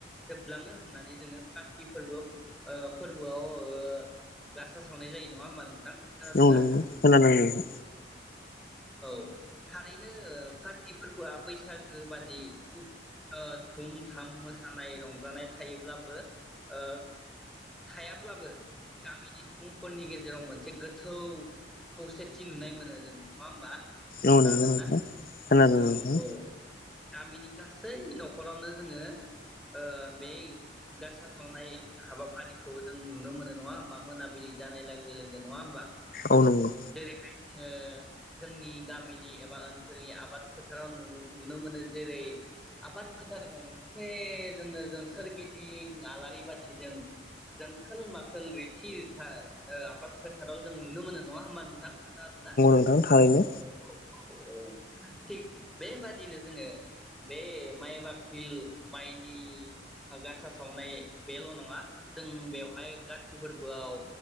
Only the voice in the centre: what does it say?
जोबलाङो होननानै जोङो काति फोरबो ओ फोरबोआव ओ गासा सावनाय जायो नङा होमबा नोंथां खोनादोंना
औ थारैनो काति फोरबोआ बैसागो बादि थुप ओ थुम थाम मोसानाय रंजानाय थायोब्लाबो ओ थायाब्लाबो गामिनि सुबुंफोरनि गेजेराव मोनसे गोथौ खौसेथि नुनाय मोनो जों नङा होमबा।
खोनादोंना
औ औ गामिनि गासै न'खरावनो जोङो ओ बै गासा सावनाय हाबाफारिखौ जों नुनो मोनो नङा होमबा मोनाबिलि जानाय लोगो लोगो नङा होमबा
जेरैहाय जोङो जोंनि गामिनि एबा ओनसोलनि आबाद फोथाराव नुनो मोनो जेरै- आबाद फोथार गंसे जोंनो जों सोरगिदिं आलारि बाथि जों जोंखोल माखोल रिथि रिथा आबाद फोथाराव जों नुनो मोनो नङा होमबा नोंथां खोनादोंना?
औ औ थिग बेबादिनो जोङो बे माइ बाख्रि माइनि गासा सावनाय बेल' नङा जों बेवहाय गाथि फोरबोआव